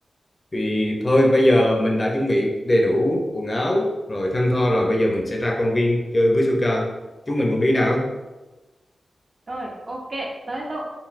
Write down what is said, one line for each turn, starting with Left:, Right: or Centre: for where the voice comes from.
Left: Thì thôi bây giờ mình đã chuẩn bị đầy đủ quần áo rồi thơm tho rồi bây giờ mình sẽ ra công viên chơi với Suka. Chúng mình cùng đi nào.
Right: rồi ok tới luôn